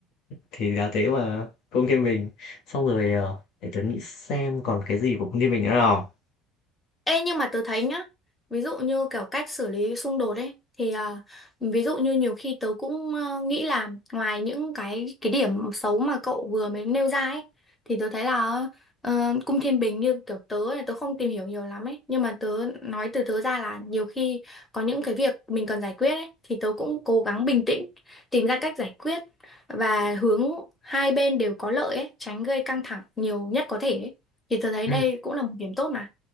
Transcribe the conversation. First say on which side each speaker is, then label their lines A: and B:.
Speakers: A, on the left (about 60°); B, on the left (about 15°).
A: Thì là thế mà, Cung Thiên Bình. Xong rồi, ờ, để tớ nghĩ xem còn cái gì của Cung Thiên Bình nữa nào.
B: Ê nhưng mà tớ thấy nhá Ví dụ như kiểu cách xử lý xung đột ấy Thì à, ví dụ như nhiều khi tớ cũng ờ, nghĩ là Ngoài những cái cái điểm xấu mà cậu vừa mới nêu ra ấy Thì tớ thấy là ờ, cung thiên bình như kiểu tớ này Tớ không tìm hiểu nhiều lắm ấy Nhưng mà tớ nói từ tớ ra là Nhiều khi có những cái việc mình cần giải quyết ấy Thì tớ cũng cố gắng bình tĩnh Tìm ra cách giải quyết Và hướng hai bên đều có lợi ấy Tránh gây căng thẳng nhiều nhất có thể ấy. Thì tớ thấy
A: Ừm,
B: đây cũng là một điểm tốt mà